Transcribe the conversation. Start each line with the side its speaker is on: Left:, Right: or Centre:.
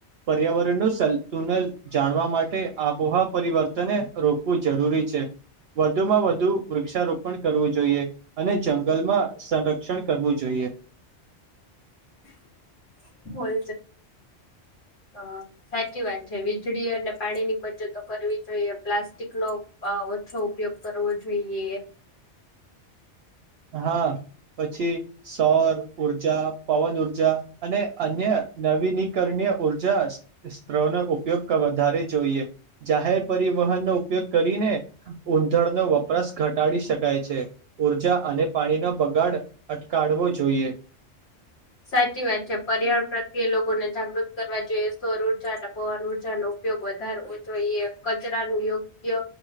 Right: પર્યાવરણ <unintelligible> જાણવા માટે આબોહા પરિવર્તન રોકવું જરૂરી છે. વધુમાં વધુ વૃક્ષારોપણ કરવું જોઈએ. અને જંગલમાં સંરક્ષણ કરવું જોઈએ.
Left: <unintelligible> ચલ હ સાચી વાત છે, વીજળી અને પાણીની બચતો કરવી જોઈએ પ્લાસ્ટિક નો ઓછો ઉપયોગ કરવો જોઈએ.
Right: હા પછી સૌર ઉર્જા પવન ઉર્જા અને અન્ય નવીનીકરણીય ઉર્જા <unintelligible> ન ઉપયોગ વધારે જોઈએ. જાહેર પરિવહનનોો ઉપયોગ કરીને ઊંધળનો વપરાશ ઘટાડી શકાય છે. <unintelligible> અને પાણીનો બગાડ અટકળવો જોઈએ
Left: સાચી વાત છે, પર્યાવરણ પ્રત્યે લોકોને જાગૃત કરવા જોઈએ સ્વર ઉર્જા પવન <unintelligible> ઉપયોગ વધારવો જોઈએ કચરા નું યોગ્ય